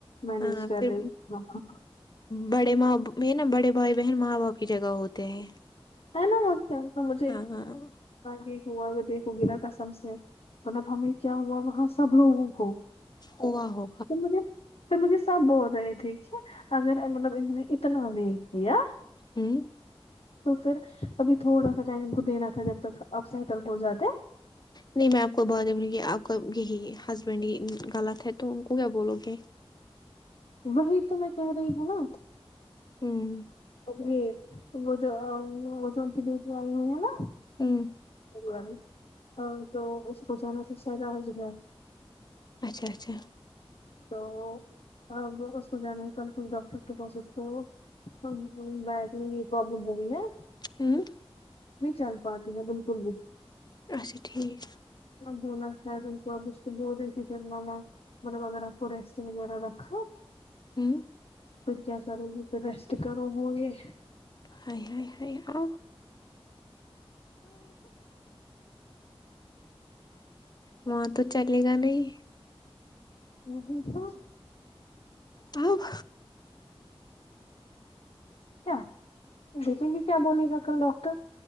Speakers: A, on the left; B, on the left.
A: مینج
B: ہاں
A: کر
B: پھر
A: رہی وہاں
B: بڑے ماں نا بڑے بھائی بہن ماں باپ کی جگہ ہوتے ہیں
A: ہینا <unintelligible>
B: ہاں ہاں
A: دیکھ ہوا میں دیکھوں گی نا قسم سے مطلب ہمیں کیا ہوا وہاں سب لوگوں کو
B: ہوا ہو
A: تم مجھے پھر مجھے سب بول رہے تھے کے اگر مطلب انہوں نے اتنا نیک دیا
B: ہوں
A: تو پھر ابھی تھوڑا سا ٹائم ان کو دینا تھا جب تک اب سیٹل ہو جاتے
B: نہیں میں آپ کو بارے گی آپ کا یہی ہسبینڈ ہی غلط ہے تو ان کو کیا بولو گے
A: وہی تو میں کہہ رہی ہوں نا
B: ہوں
A: ج وہ جو وہ جو انکی بیٹی آئ ہوئی ہے نا
B: ہوں
A: دیوانی ہ تو اس کو جانا پھر شاید آج گھر
B: اچھا اچھا
A: تو ا اس کو جانے کل کچھ ڈاکٹر کے پاس اسکو ہ ہ بیک میں یہ پرابلم ہو گی ہے
B: ہوں
A: نہیں چل پاتی ہے بالکل بھی
B: اچھا ٹھیک
A: <unintelligible> مطلب اگر آپ کو ریسٹگ وغیرہ رکھا
B: ہ
A: پھر کیا کرو گی تو ریسٹ کرو گی یہ
B: ہائے ہائے ہائے آ وہاں تو چلے گا نہیں
A: وہ دیکھو
B: اہاں
A: کیا دکھیںگے کیا بولے گا کل ڈاکٹر